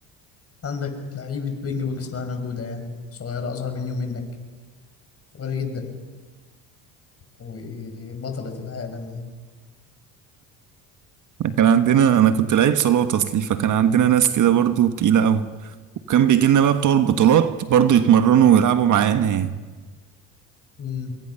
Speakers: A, on the left; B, on the right.
A: عندك لعيبة بينج بونج اسمها نجودة يعني صغيرة أصغر مني ومنك صغيرة جدا وبطلة العالم يعني
B: كان عندنا انا كنت لعيب صالات اصلي فكان عندنا ناس كده برضو تقيله قوي وكان بيجي لنا بقى بتوع البطولات برضو يتمرنوا ويلعبوا معانا يعني
A: مم.